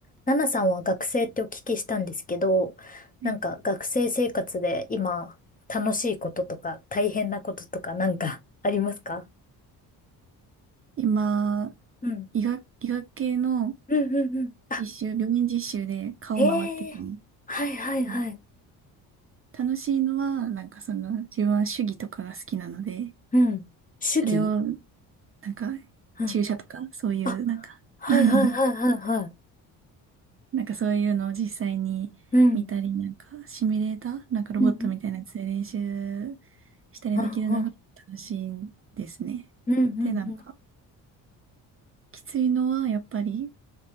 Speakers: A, on the left (about 20°); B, on the right (about 35°).
A: ナナさんは学生ってお聞きしたんですけど、
B: はい
A: なんか学生生活で今楽しいこととか大変なこととかなんか <laughs> ありますか
B: 今、
A: うん。
B: 医学、医学系の
A: うんうんうん。あ、
B: 実習、病院実習で顔回っててね、
A: へえ。はいはいはい。
B: で楽しいのは、なんかその、自分は手技とかが好きなので、
A: うん。主義
B: それを、なんか、
A: うん。
B: 注射とか、そういう、
A: あ、
B: なんか
A: はいはいはいはいはい。
B: <laughs> なんかそういうのを実際に見たり、
A: うん。
B: なんか、シミュレーター、なんかロボットみたいなやつで練習
A: うんうん。
B: したりできるのが楽しいんですね。
A: うんうん。うんうんうん。
B: で、なんか、きついのは、やっぱり、